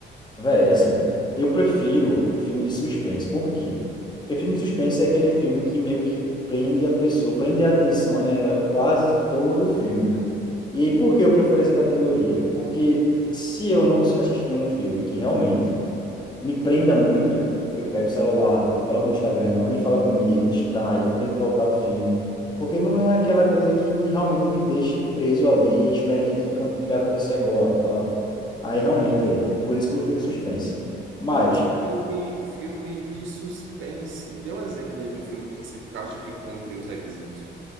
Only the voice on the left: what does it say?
Véi, assim, eu prefiro filme de suspense. Por quê? Porque filme de suspense é aquele filme que meio que prende a pessoa, prende a atenção, né? Quase todo o filme. E aí, por que eu prefiro essa categoria? Porque se eu não assistir um filme que realmente me prenda muito, eu pego o celular, eu coloco no Instagram, alguém fala comigo, eu distraio, então eu tenho que voltar ao filme. Porque não é aquela coisa que me, realmente me deixe preso ali, esperando o que vai acontecer agora, tal. Aí, realmente, é por isso que eu prefiro suspense. Mas,